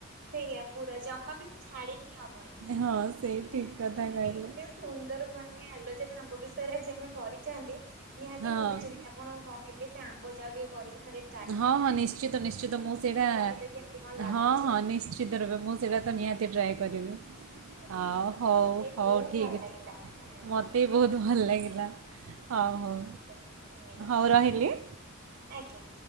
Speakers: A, on the right; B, on the right.
A: ସେଇଆ ପୁରା ଜମାବି ତ ଛାଡି କିହିଁ ହବନି,
B: ହଁ ସେଇ
A: ନିହାତି
B: ଠିକ୍ କଥା
A: ମାନେ
B: କହିଲେ
A: ଏତେ ସୁନ୍ଦର ମାନେ ଆଲୋଚନା ଆମ୍ବ ବିଷୟରେ ହେଇଚି ଆମେ କରିଛନ୍ତି ନିହାତି
B: ହଁ।
A: ମୁଁ ବିି ଚିନ୍ତ ଆପଣଙ୍କୁ କହିଲି, ସେ ଆମ୍ବଯାଉ ଟିକେ କରିକିଥରେ
B: ହଁ ହଁ ନିଶ୍ଚିତ ନିଶ୍ଚିତ ମୁଁ ସେଇଟା
A: କହିବେ କେମିତି କଣ ଲାଗୁଛି।
B: ହଁ ହଁ ନିଶ୍ଚ୍ ନିଶ୍ଚିତ ରୂପେ ମୁଁ ସେଟା ତ ନିହାତି ଟ୍ରାଏ କରିବି।
A: ନିହାତି
B: ଆଉ
A: ଆପଣଙ୍କ
B: ହଉ
A: ସହ କଥା ହେଇ
B: ହଉ,
A: ବହୁତ
B: ଠିକ୍
A: ଭଲ
B: ଅଛ୍,
A: ଲାଗିଲା ଧନ୍ୟବାଦ।
B: ମତେ ବହୁତ ଭଲ ଲାଗିଲା। ହଉ ହଉ,
A: ଆଜ୍ଞା ଧନ୍ୟବାଦ।
B: ହଉ, ରହିଲି।
A: ଆଜ୍ଞା।